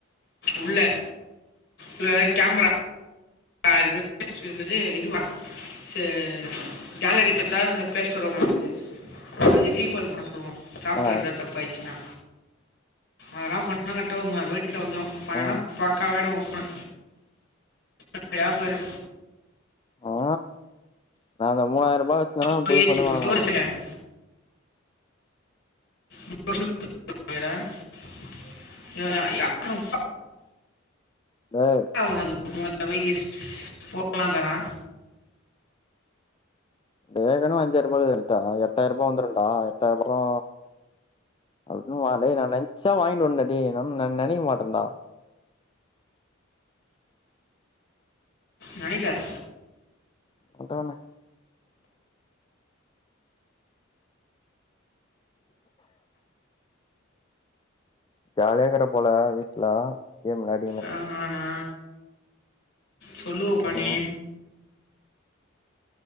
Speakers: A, on the left; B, on the left.
A: உள்ள உள்ள கேமரா அது <inaudible> என்னது இதுவா சேர்ரா கேலரி தொட்டா பிளே ஸ்டோர் ஓப்பனாகுது அதுக் ரீபால் பண்ண சொல்லுவோ சாஃப்ட்வேர்
B: ஆ
A: ஏதாது தப்பாயிச்சுனா அதெல்லா பண்ணா கரெட்டா ஒரு மூவாயிரூபாய் கிட்ட வந்துரு பண்ணேன்னா
B: ஆ ஆ
A: பக்காவாயிடு ஓ ஃபோனு <inaudible> லேபரு
B: ஆ நா அந்த மூவாயிரூபா வச்சிருந்தேனா
A: அப்படியே
B: புது ஃபோனே
A: தூக்கலாம்
B: வாங்குவ
A: ஸ்டோர் எத்தனை
B: நானு
A: யாரும் இப்ப ஒன்னு புது <inaudible> <inaudible> யாரு
B: ஏய்
A: எவே ஒனக்கு மூவாரூவாய்க்கு ஃபோன்லா தரா
B: ஏற்கனவே அஞ்சாயிரூபா ரைட்டா எட்டாயிரூபா வந்துருண்டா எட்டாயிரூபாலா அதுக்குன்னு வா டேய் நா நெனைச்சா வாயிண்டு வந்ட்ட டேய் நா நெனைக்க மாட்டண்டா
A: நெனைக்காத
B: ஒன்ட்ட நா ஜாலியாருக்கற போல வீட்ல ஏ முன்னா
A: ஆ நா சொல்லுவப்பா
B: ம்
A: நீ